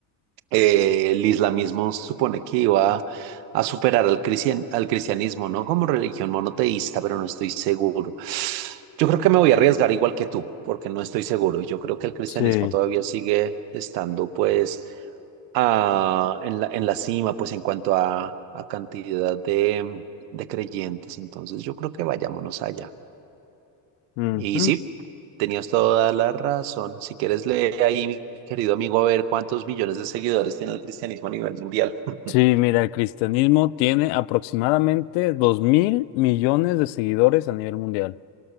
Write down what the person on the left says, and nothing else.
Sí.
Ujú.
Sí, mira, el cristianismo tiene aproximadamente 2 mil millones de seguidores a nivel mundial.